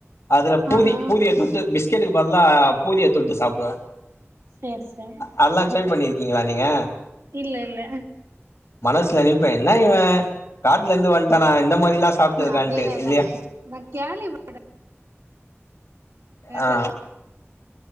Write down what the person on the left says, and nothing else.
அதுல பூதி
பூதிய தொட்டு மிஸ் பிஸ்கட்டு பதிலா பூரிய தொட்டு சாப்வே
அதெல்லா ட்ரை பண்ணி ர்க்கீங்களா நீங்க
மனசுல நெனப்பே என்னா இவ காட்ல இருந்து வன்ட்டானா இந்த மாரிலா சாப்ட்டு இருக்கான்ட்டு
இல்லயா
ஆ